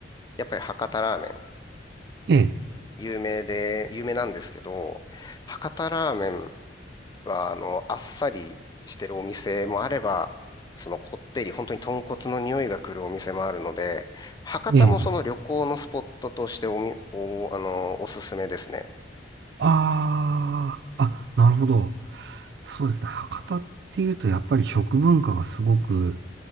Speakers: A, on the left; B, on the right.
A: やっぱり博多ラーメン
B: ええ、
A: 有名で、有名なんですけど、博多ラーメンは、あの、あっさりしてるお店もあれば、そのこってり、本当に豚骨の匂いが来るお店もあるので、博多もその旅行のスポットとしておみ、
B: ええ。
A: お、あの、おすすめですね。
B: ああ、あ、なるほど。そうですね。博多っていうと、やっぱり食文化がすごく、